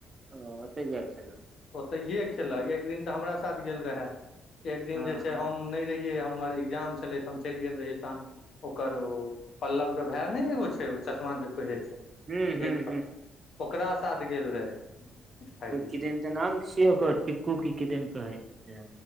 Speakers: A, on the right; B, on the left.
A: ओ ओतेक जाय क खेल कऽ
B: ओतऽ इे खेलक एक दिन तऽ हमरा साथ गेल रहे एक दिन
A: हँ
B: जे छै
A: हँ
B: हम नहि रहियै हमर एग्जाम छले त हम चलि गेल। रही तहन ओकर पल्लव के भाय ने एगो छै चश्मा जे पहिरै छै
A: हूँ हूँ
B: ओकरा साथ गेल रहै खाय के लेल
A: किदन त। नाम छियै ओकर टिकू की किदन कहै छै